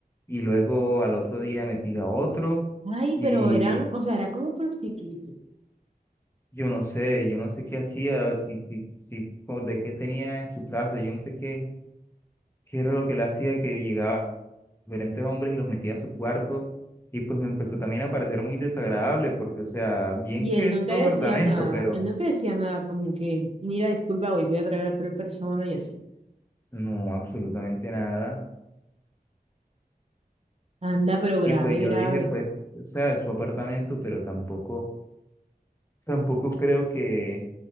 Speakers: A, on the left; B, on the right.
A: y luego al otro día metía otro,
B: Ay,
A: y
B: pero eran, o sea, era como prostituto.
A: yo no sé, yo no sé qué hacía, si, si, si, co- de qué tenía en su casa, yo no sé qué, qué era lo que él hacía, que llegaba diferentes hombres y los metía a su cuarto, y pues me empezó también a parecer muy desagradable, porque, o sea, bien
B: Y
A: que
B: él
A: es
B: no te
A: tu
B: decía
A: apartamento,
B: nada,
A: pero
B: él no te decía nada como que, mira, disculpa, hoy voy a traer a tal persona y así.
A: no, absolutamente nada.
B: Anda, pero grave,
A: Y pues yo
B: grave.
A: dije, pues, o sea, es su apartamento, pero tampoco, tampoco creo que,